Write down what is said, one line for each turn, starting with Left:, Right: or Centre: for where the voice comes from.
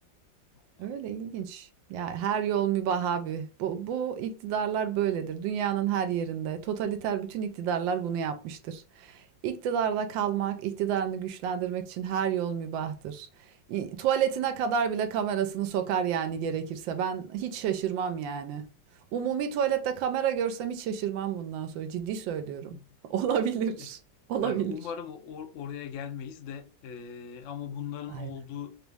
Left: Vallahi.
Right: Öyle ilginç. Ya her yol mübah abi. Bu, bu iktidarlar böyledir. Dünyanın her yerinde. Totaliter bütün iktidarlar bunu yapmıştır. İktidarda kalmak, iktidarını güçlendirmek için her yol mübahtır. İ- Tuvaletine kadar bile kamerasını sokar yani gerekirse. Ben hiç şaşırmam yani. Umumi tuvalette kamera görsem hiç şaşırmam bundan sonra. Ciddi söylüyorum.
Left: <laughs>
Right: <laughs> Olabilir.
Left: Ya,
Right: Olabilir.
Left: ya Umarım o- or- oraya gelmeyiz de eee, ama bunların
Right: Aynen.
Left: olduğu